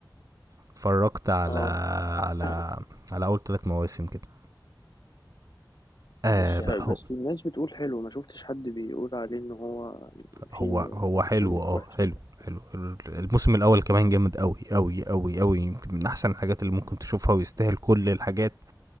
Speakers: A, on the right; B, on the left.
A: اتفرجت على
B: اه
A: على
B: <coughs> <clears throat>
A: على اول ثلاث مواسم كده آه
B: بس
A: بقى
B: بس
A: هو
B: الناس بتقول حلو ما شفتش حد بيقول عليه ان هو في
A: هو هو حلو
B: في
A: اه
B: وحش
A: حلو
B: أو حاجة.
A: حلو الموسم الاول كمان جامد قوي قوي قوي قوي يمكن من احسن الحاجات اللي ممكن تشوفها ويستاهل كل الحاجات